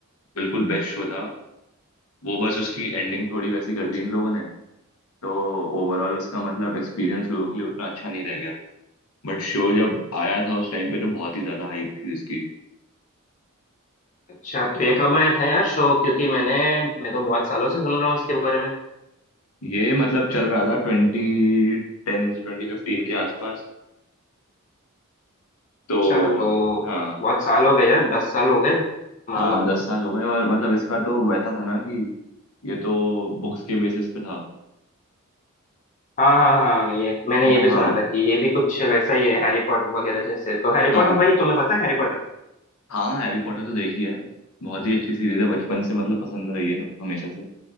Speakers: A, on the left; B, on the left.
A: बिल्कुल बेस्ट शो था वो बस उसकी एंडिंग थोड़ी वैसी कर दी इन लोगों ने तो ओवरऑल उसका मतलब एक्सपीरियंस लोगों के लिए उतना अच्छा नहीं रह गया बट शो जब आया था उस टाइम पे तो बहुत ही ज्यादा हाइप थी उसकी
B: अच्छा तो ये कब आया था यार शो क्योंकि मैंने मैं तो बहुत सालों से सुन रहा हूँ इसके बारे में
A: ये मतलब चल रहा था ट्वेंटी टेन से ट्वेंटी फिफ्टीन के आसपास तो
B: अच्छा तो
A: हाँ
B: बहुत साल हो गए यार दस साल हो गए मान
A: हाँ
B: लो
A: दस साल हो गए और मतलब इसका तो वैसा था ना कि ये तो बुक्स के बेसिस पे था
B: हाँ हाँ हाँ ये मैंने
A: है ना
B: ये भी सुना
A: हाँ
B: था कि ये भी कुछ वैसा ही है हैरी पॉटर वगैरह जैसे तो हैरी पॉटर
A: हाँ
B: भाई तुम्हें पता है हैरी पॉटर
A: हाँ हैरी पॉटर तो देखी है बहुत ही अच्छी सीरीज है बचपन से मतलब पसंद रही है सब हमेशा से